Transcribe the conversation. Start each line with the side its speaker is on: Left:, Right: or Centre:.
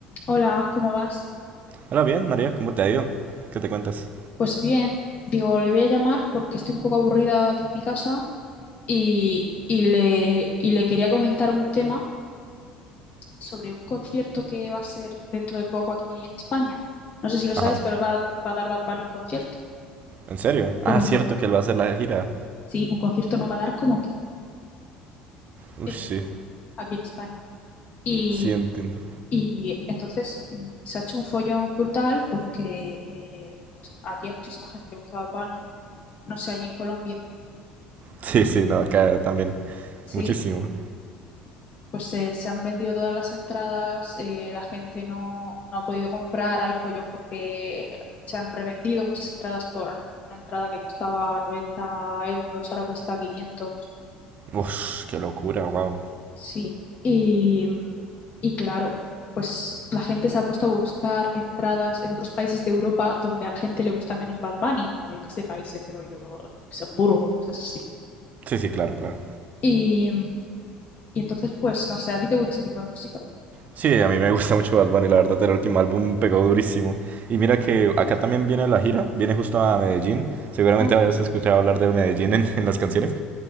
Left: Hola, ¿cómo vas?
Right: Hola, bien, María, ¿cómo te ha ido? ¿Qué te cuentas?
Left: Pues bien, digo, le voy a llamar porque estoy un poco aburrida aquí en mi casa y, y le, y le quería comentar un tema sobre un concierto que va a ser dentro de poco aquí en España. No sé si lo sabes,
Right: Ajá,
Left: pero va, va a dar Bad Bunny un concierto.
Right: ¿en serio? Ah,
Left: Bueno,
Right: cierto
Left: un con-
Right: que él va a hacer la gira.
Left: sí, un concierto no va a dar como aquí,
Right: Uy,
Left: eh,
Right: sí,
Left: aquí en España. Y,
Right: sí entiendo.
Left: y entonces mm, se ha hecho un follón brutal porque eh, pues aquí a muchísima gente le gusta Bad Bunny, no sé, allí en Colombia.
Right: Sí,
Left: Y,
Right: sí, no, acá también.
Left: sí.
Right: Muchísimo.
Left: pues se, se han vendido todas las entradas, eh, la gente no, no ha podido comprar, hay follón porque se han revendido muchas entradas por a lo mejor, una entrada que costaba 90 euros, ahora cuesta quinientos
Right: Uf, qué locura, wow.
Left: sí. Y, mm, y claro, pues la gente se ha puesto a buscar entradas en otros países de Europa donde a la gente le gusta menos Bad Bunny, yo que sé, países rollo Luxemburgo, o cosas así.
Right: Sí, sí, claro, claro.
Left: Y, mm, y entonces, pues, no sé, ¿a ti te gusta ese tipo de música?
Right: Sí, a mí me <laughs> gusta mucho Bad Bunny, la verdad, el último álbum pegó durísimo. Y mira que acá
Left: Sí.
Right: también viene la gira, viene justo a Medellín. Seguramente
Left: Ah,
Right: habías escuchado hablar de Medellín en, en las canciones.